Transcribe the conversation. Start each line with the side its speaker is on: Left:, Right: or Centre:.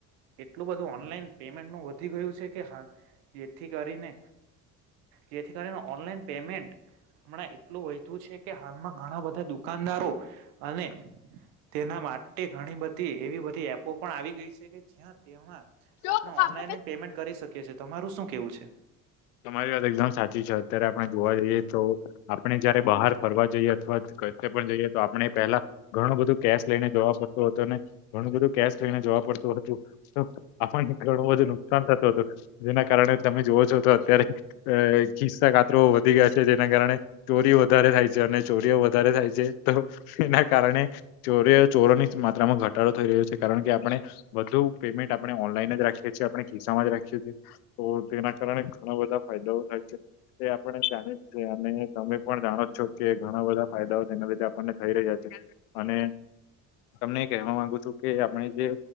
Right: એટલું બધું ઓનલાઈન પેમેન્ટ નું વધી ગયું છે કે હાલ જેથી કરીને જેથી કરીને ઓનલાઈન પેમેન્ટ હમણાં એટલું વધું છે કે હાલમાં ઘણા બધા દુકાનદારો અને તેના માટે માટે ઘણી બધી એવી બધી એપો પણ આવી ગઈ છે કે જ્યાં તેમાં
Left: જો
Right: આપણે
Left: આપડે
Right: ઓનલાઈન જ પેમેન્ટ કરી શકીએ છે તમારું શું કેવું છે.
Left: તમારી વાત એકદમ સાચી છે અત્યારે આપણે જોવા જઈએ તો આપણે જયારે બહાર ફરવા જઈએ અથવા કયક પણ જઈએ તો આપણે પહેલા ઘણું બધું કેશ લઈને જોવા પડતું હત ને. ઘણું બધું કેશ લઈને જોવા પડતું હતું તો આપણને ઘણું બધુ નુકસાન થતું હતું જેના કારણે તમે જોવો છો તો. અત્યારે અ ખિસ્સા કાતરો વધી ગયા છે જેના કારણે ચોરી વધારે થાય છે અને ચોરીઓ વધારે વધારે છે તો એના કારણે ચોરી ચોરોની માત્રામાં ઘટાડો થઈ રહ્યો છે કારણ કે આપણે વધું પેમેન્ટ આપણે ઓનલાઈન જ રાખીએ છીએ આપણે કિસ્સામાં જ રાખીએ છીએ તો તેના કારણે ગણા બધા ફાયદાઓ થાય છે તે આપણે જાણી છીએ અને તમે પણ જાણો જો કે ઘણા બધા ફાયદાઓ તેના લીધે આપણને થઈ રહ્યા છે અને
Right: <inaudible>
Left: તમને કહેવા માંગુ છુ કે આપણે જે